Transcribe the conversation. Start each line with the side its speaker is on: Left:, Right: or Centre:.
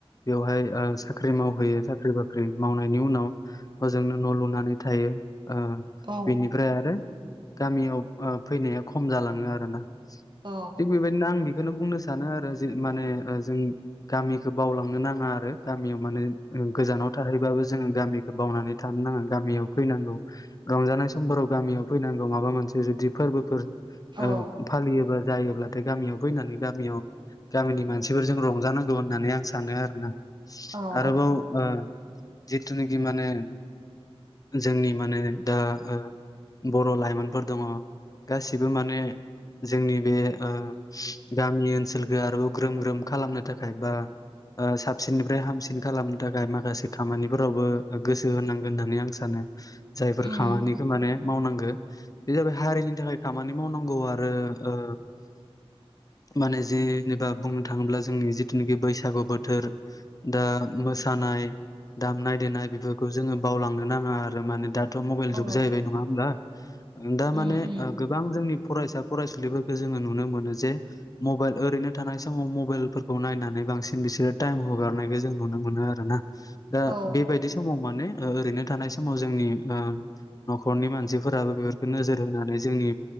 Left: बेवहाय ओ साख्रि मावहैयो साख्रि बाख्रि मावनायनि उनाव होजोंनो न' लुनानै थायो। ओ
Right: औ
Left: बिनिफ्राय आरो गामियाव ओ फैनाया खम जालाङो आरोना्
Right: औ
Left: थिग बेबायदिनो आंनि बेखौनो बुंनो सानो आरो जि माने ओ जों गामिखौ बावलांनो नाङा आरो गा- मियाव माने ओ गोजानाव थाहैबाबो जोङो गामि- खो बावनानै थानो नाङा गामियाव फैनांगौ रंजानाय समफोराव गामियाव फैनांगौ माबा मोनसे जुदि फोरबोफोर
Right: औ
Left: ओ फालियोबा। जायोब्लाथाय गामियाव फैनानै गामियाव गामिनि मानसिफोरजों रंजानांगौ होननानै आं सानो आरोना
Right: औ
Left: आरोबाव ओ जिथुनाखि माने जोंनि माने दा ओ बर' लाइमोनफोर दङ गासिबो माने जोंनि बे ओ गामि ओनसोलखो आरोबाव ग्रोम ग्रोम खालामनो थाखाय बा ओ साबसिननिफ्राय हामसिन खालामनो थाखाय माखासे खामानिफोरावबो गोसो होनांगोन होननानै आं सानो। जायफोर
Right: उम
Left: खामानि मावनांगो बे जाबाय हारिनि थाखाय खामानि मावनांगौ आरो ओ माने जेनेबा बुंनो थाङोब्ला जोंनि जिथुनाखि बैसागु बोथोर दा मो सानाय दामनाय देनाय बेफोरखौ जोङो बावलांनो नाङा आ- रो माने दाथ' मबाइल
Right: औ
Left: जुग जाहैबाय नङा होमबा? ओं दा माने
Right: उम उम
Left: ओ गोबां जोंनि फरायसा फरायसुलिफोरखो जोङो नुनो मोनो जे। मबाइल ओरैनो थानाय समाव मबाइलफोरखौ नायनानै बांसिन बिसोरो टाइम हगारनायखो जों नुनो मोनो आरो ना। दा
Right: औ
Left: बेबायदि समाव माने ओ ओरैनो थानाय समाव जोंनि ओ न'खरनि मानसिफोराबो बेफोरखो नोजोर होनानै जोंनि।